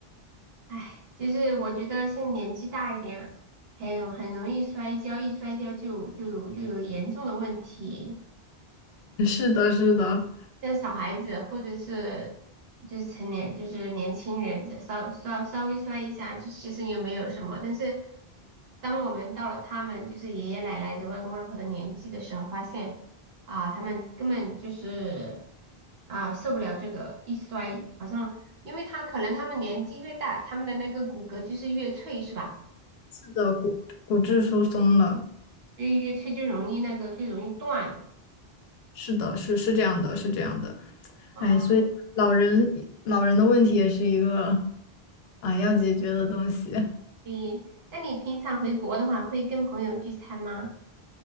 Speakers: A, on the right; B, on the left.
A: 唉，就是我觉得现在年纪大一点，很很容易摔跤，一摔跤就就就有严重的问题。
B: <laughs> 是的，是的，
A: 像小孩子或者是就是成年就是年轻人，就稍稍稍微摔一下，就其实也没有什么。但是当我们到了他们就是爷爷奶奶、就外公外婆的年纪的时候，发现啊，他们根本就是啊受不了这个一摔，好像因为他可能他们年纪越大，他们的那个骨骼就是越脆，是吧？
B: 是的，骨骨质疏松了，
A: 越越吹就容易那个就容易断
B: 是的，是是这样的，是这样的。
A: 啊。
B: 哎，所以老人老人的问题也是一个啊要解决的东西。
A: 你那你平常回国的话，会跟朋友聚餐吗？